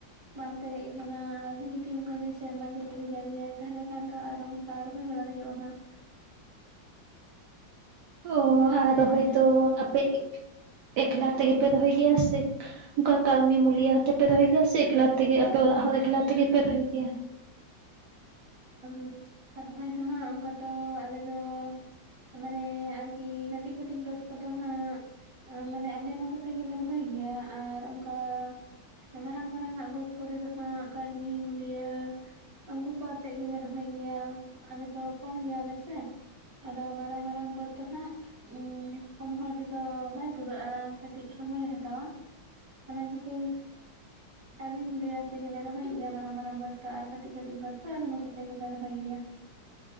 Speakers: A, on the right; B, on the right.
A: ᱵᱟᱝ ᱯᱮ ᱦᱮᱡ ᱠᱟᱱᱟ ᱟᱨᱦᱚᱸ ᱡᱩᱫᱤ ᱚᱝᱠᱟ ᱜᱮ ᱥᱮᱨᱢᱟ ᱡᱟᱹᱲᱤ ᱡᱟᱹᱲᱤᱭᱟᱭ ᱛᱟᱦᱚᱞᱮ ᱠᱷᱟᱱ ᱫᱚ ᱟᱨᱚ ᱠᱟ ᱨᱚᱦᱚᱭ ᱵᱟᱲᱟ ᱦᱳᱭᱳᱜᱼᱟ ᱱᱟᱸᱜ
B: ᱚᱸ
A: ᱛᱟᱦᱚᱞᱮ
B: ᱟᱨ ᱦᱚᱭ ᱛᱚ ᱟᱯᱮ ᱮᱠᱞᱟ ᱛᱮᱜᱮ ᱯᱮ ᱨᱚᱦᱚᱭ ᱜᱮᱭᱟ ᱥᱮ ᱚᱱᱠᱟ ᱠᱟᱹᱲᱢᱤ ᱢᱩᱞᱤᱭᱟᱛᱮᱯᱮ ᱨᱚᱦᱚᱭ ᱜᱮᱭᱟ ᱥᱮ ᱮᱠᱞᱟ ᱛᱮᱜᱮ ᱟᱯᱮ ᱚᱲᱟᱜ ᱦᱚᱲ ᱮᱠᱞᱟ ᱛᱮᱜᱮ ᱯᱮ ᱨᱚᱦᱚᱭ ᱜᱮᱭᱟ᱾
A: ᱩᱸᱻ ᱟᱨ ᱨᱚᱦᱚᱭ ᱫᱚ ᱦᱟᱸᱜ ᱚᱱᱠᱟ ᱫᱚ ᱟᱞᱮ ᱫᱚ ᱢᱟᱱᱮ ᱟᱨᱠᱤ ᱠᱟᱹᱴᱤᱡ ᱠᱟᱹᱴᱤᱡ ᱵᱟᱹᱫᱽ ᱠᱚᱫᱚ ᱦᱟᱸᱜ ᱢᱟᱱᱮ ᱟᱞᱮ ᱢᱟ ᱠᱚᱛᱮ ᱜᱮᱞᱮ ᱨᱚᱦᱚᱭ ᱜᱮᱭᱟ ᱟᱨ ᱚᱱᱠᱟ ᱢᱟᱨᱟᱝ ᱢᱟᱨᱟᱝ ᱟᱜ ᱵᱟᱹᱫ ᱠᱚᱨᱮ ᱫᱚ ᱦᱟᱸᱜ ᱠᱟᱹᱲᱢᱤ ᱢᱩᱞᱤᱭᱟᱹ ᱩᱱᱠᱩ ᱠᱚ ᱟᱛᱮ ᱛᱮᱫ ᱜᱮᱞᱮ ᱨᱚᱦᱚᱭ ᱜᱮᱭᱟ ᱟᱞᱮ ᱫᱚ ᱠᱚᱢ ᱜᱮᱭᱟᱞᱮ ᱥᱮ ᱟᱫᱚ ᱢᱟᱨᱟᱝ ᱢᱟᱨᱟᱝ ᱵᱟᱹᱫᱷ ᱫᱚ ᱦᱟᱸᱜ ᱩᱹ ᱠᱚᱢ ᱦᱚᱲ ᱛᱮᱫᱚ ᱵᱟᱭ ᱯᱩᱨᱟᱹᱜᱼᱟ ᱠᱟᱹᱴᱤᱡ ᱥᱚᱢᱚᱭᱮ ᱦᱟᱛᱟᱣᱟ᱾ ᱚᱱᱟ ᱠᱦᱟᱹᱛᱤᱨ ᱠᱟᱲᱢᱤ ᱢᱩᱞᱤᱭᱟ ᱛᱮᱜᱮᱞᱮ ᱨᱚᱦᱚᱭᱮᱫ ᱜᱮᱭᱟ ᱢᱟᱨᱟᱝ ᱢᱟᱨᱟᱨᱟᱝ ᱵᱟᱹᱫᱽ ᱫᱚ ᱟᱨ ᱠᱟᱹᱴᱤᱡ ᱠᱟᱹᱴᱤᱡ ᱵᱟᱹᱫᱽ ᱛᱚ ᱟᱞᱮ ᱠᱚᱛᱮ ᱜᱩᱞᱮ ᱨᱚᱦᱚᱭ ᱜᱮᱭᱟ᱾